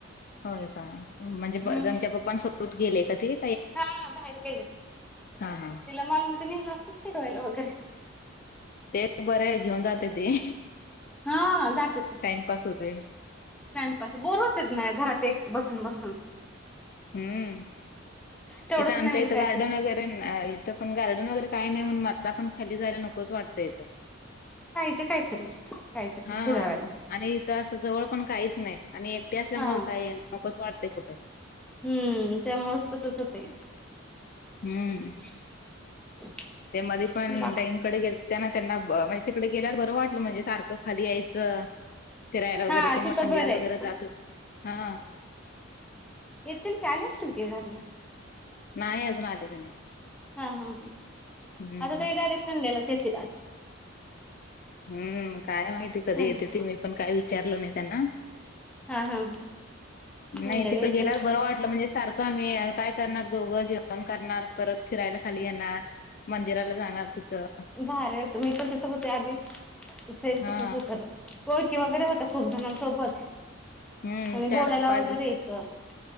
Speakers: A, on the left; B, in the centre.
A: होय का? म्हणजे
B: हम्म.
A: त्यांच्या पप्पां सोबत गेले का ती?
B: हा बाहेर गेलेत.
A: हा हा
B: तिला मॉलमध्ये नेले असेल फिरवायला वगैरे.
A: ते बर आहे घेऊन जाते ते.
B: हा जातेत
A: टाइमपास होतय.
B: टाइमपास. बोर होतेच ना घरात एक बसून बसून.
A: हम्म.
B: तेवढंच
A: इथं आमच्या
B: नवीन
A: इथं
B: काहीतरी
A: गार्डन वगैरे इथं पण गार्डन वगैरे काही नाही म्हणून मला पण खाली जायला नकोच वाटतं इथं.
B: पाहिजे काहीतरी काहीतरी
A: हा.
B: फिरावायला.
A: आणि इथ असं जवळ पण काहीच नाही. आणि एकटे असल्यामुळें
B: हा
A: काय आहे नकोच वाटते कुठं.
B: हम्म. त्यामुळेच तसच होते.
A: हम्.
B: <inaudible>
A: त्यामध्ये पण
B: बा
A: ताईनकडे गेलत्या त्यांना म्हणजे तिकडे गेल्यावर बरं वाटलं. म्हणजे सारखं खाली यायचं. फिरायला वगैरे.
B: हा
A: ते
B: तिथं
A: मंदिराला
B: बरं आहे.
A: वगैरे जात होतो. हा.
B: येतील की आले असतील की घरला.
A: नाही अजून आल तेनी.
B: हा हा हा.
A: हम्म
B: आता ते डायरेक्ट संडेलाच येतील.
A: हम्म. काय माहिती कधी
B: संडे
A: येते ती मी पण काय विचारलं नाही त्यांना.
B: हा हा ह
A: नाही
B: संडेला
A: तिकडे
B: येतील
A: गेल्यावर बरं वाट म्हणजे सारखं आम्ही काय करणार दोघं जेवण करणार. परत फिरायला खाली येणार. मंदिराला जाणार तिथं.
B: भारी होत. मी पण तिथं होते आधी. सेम
A: हा
B: तसंच होत. ओळखी वगैरे होत खूप जणांसोबत.
A: हम्म.
B: आणि
A: चार
B: बोलायला
A: ते पाच
B: वगैरे
A: दिस.
B: यायचं